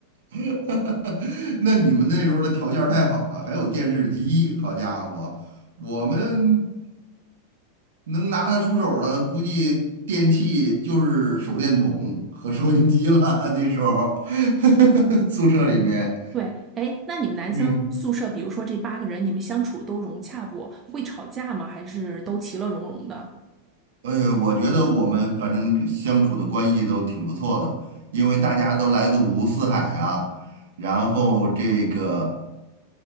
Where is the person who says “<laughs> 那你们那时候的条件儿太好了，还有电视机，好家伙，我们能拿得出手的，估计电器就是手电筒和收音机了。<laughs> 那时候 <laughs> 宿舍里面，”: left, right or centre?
Right